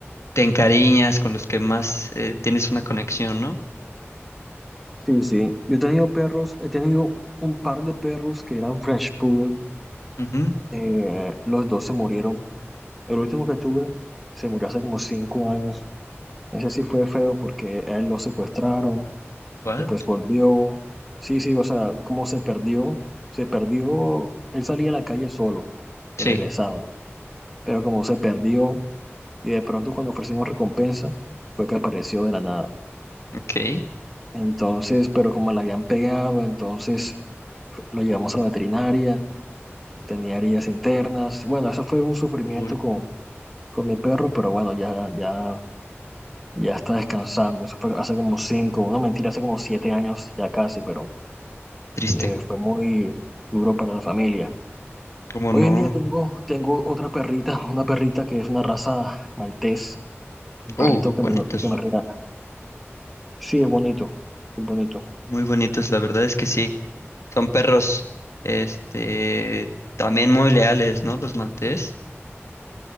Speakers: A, on the left; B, in the centre.
A: te encariñas, con los que más eh, tienes una conexión, ¿no?
B: Sí, sí. Yo he tenido perros, he tenido un par de perros que eran French Poodle
A: Ujú.
B: eh, los dos se murieron. El último que tuve se murió hace como cinco años. Ese sí fue feo porque a él lo secuestraron,
A: What?
B: después volvió. Sí, sí, o sea, como se perdió, se perdió, él salía a la calle solo
A: Sí,
B: y regresaba, pero como se perdió y de pronto cuando ofrecimos recompensa, fue que apareció de la nada.
A: ok.
B: Entonces, pero como le habían pegado, entonces lo llevamos a la veterinaria, tenía heridas internas. Bueno, eso fue un sufrimiento
A: Uy,
B: con con mi perro, pero bueno, ya, ya, ya está descansando. Eso fue hace como cinco, no mentira, hace como siete años ya casi, pero
A: triste.
B: eh, fue muy duro para la familia.
A: ¿Cómo
B: Hoy
A: no?
B: en día tengo, tengo otra perrita, <laughs> una perrita que es una raza maltés, un
A: Uh,
B: perrito que
A: bonitos,
B: me, que me regala. Sí, es bonito, muy bonito.
A: muy bonitos, la verdad es que sí. Son perros, este, también muy leales, ¿no? Los maltés.